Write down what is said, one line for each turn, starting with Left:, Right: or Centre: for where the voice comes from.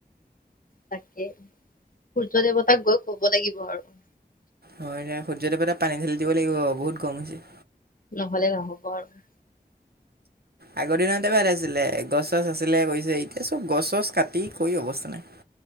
Left: তাকেই সূৰ্য দেৱতাক গৈ ক'ব লাগিব আৰু।
Right: হয়, য়া সূৰ্য্য দেৱতা এটা পানী ঢালি দিব লাগিব বহুত গৰম হৈছে।
Left: নহলে নহ'ব আৰু।
Right: আগৰ দিনতে ভাল আছিলে গছ চছ আছিলে কৈছে এতিয়া চব গছ চছ কাটি কৈ অৱস্থা নাই।